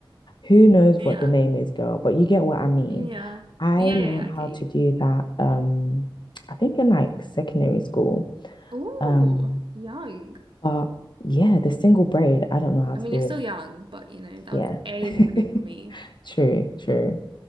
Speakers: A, on the left; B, on the right.
A: Who knows
B: Yeah.
A: what the name is, girl, but you get what I mean.
B: Yeah.
A: I
B: Yeah,
A: learned
B: yeah, yeah, I
A: how
B: get you.
A: to do that um I think in like secondary school.
B: Ooh,
A: Um
B: young.
A: but yeah, the single braid, I don't know how
B: I
A: to
B: mean,
A: do
B: you're still
A: it.
B: young, but you know, that
A: Yeah.
B: was ages ago for me.
A: <laughs> True, true.